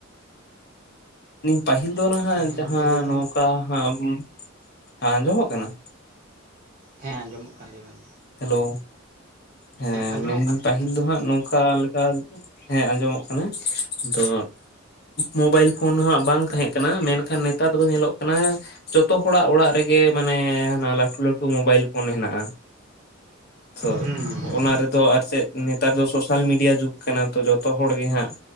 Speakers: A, on the left; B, on the right.
A: ᱯᱟᱹᱦᱤᱞ ᱫᱚ ᱱᱟᱦᱟᱸᱜ
B: ᱦᱮᱸ
A: ᱡᱟᱦᱟᱸ
B: ᱜᱚᱢᱠᱮ ᱞᱟᱹᱭ ᱵᱮᱱ
A: ᱱᱚᱝᱠᱟ
B: ᱢᱟ
A: ᱦᱟᱸᱜ ᱦᱮᱸ ᱟᱸᱡᱚᱢᱚᱜ ᱠᱟᱱᱟ
B: ᱦᱮᱸ ᱟᱸᱡᱚᱢᱚᱜ ᱠᱟᱱ ᱞᱟᱹᱭ ᱵᱮᱱ
A: ᱦᱮᱞᱳ ᱦᱮᱸ
B: ᱟᱸᱡᱚᱢᱚᱜ
A: ᱢᱮᱱᱫᱟᱹᱧ
B: ᱠᱟᱱᱟ
A: ᱯᱟᱹᱦᱤᱞ
B: ᱦᱮᱸ
A: ᱫᱚ ᱦᱟᱸᱜ ᱱᱚᱝᱠᱟ ᱞᱮᱠᱟ ᱟᱨ ᱦᱮᱸ ᱟᱸᱡᱚᱢᱚᱜ ᱠᱟᱱᱟ ᱛᱚ ᱢᱳᱵᱟᱭᱤᱞ ᱯᱷᱳᱱ ᱦᱚᱸ ᱵᱟᱝ ᱛᱟᱦᱮᱸ ᱠᱟᱱᱟ ᱢᱮᱱᱠᱷᱟᱱ ᱱᱮᱛᱟᱨ ᱫᱚ ᱧᱮᱞᱚᱜ ᱠᱟᱱᱟ ᱡᱚᱛᱚ ᱦᱚᱲᱟᱜ ᱚᱲᱟᱜ ᱨᱮᱜᱮ ᱮ ᱢᱟᱱᱮ ᱦᱟᱱᱟ ᱞᱟᱹᱴᱩ ᱞᱟᱹᱴᱩ ᱢᱳᱵᱟᱭᱤᱞ ᱯᱷᱳᱱ ᱦᱮᱱᱟᱜᱼᱟ ᱛᱚ
B: ᱦᱮᱸ ᱦᱮᱸ
A: ᱚᱱᱟ ᱨᱮᱫᱚ ᱟᱨ ᱪᱮᱫ ᱱᱮᱛᱟᱨ ᱫᱚ ᱥᱳᱥᱟᱞ ᱢᱤᱰᱤᱭᱟ ᱡᱩᱜᱽ ᱠᱟᱱᱟ ᱛᱚ ᱡᱚᱛᱚ ᱦᱚᱲ ᱜᱮ ᱦᱟᱸᱜ